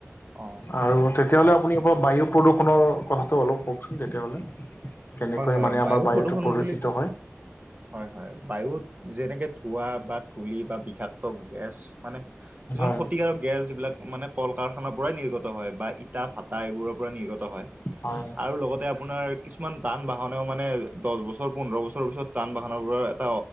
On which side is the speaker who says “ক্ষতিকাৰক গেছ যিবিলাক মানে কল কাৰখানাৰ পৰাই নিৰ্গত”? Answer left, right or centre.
Right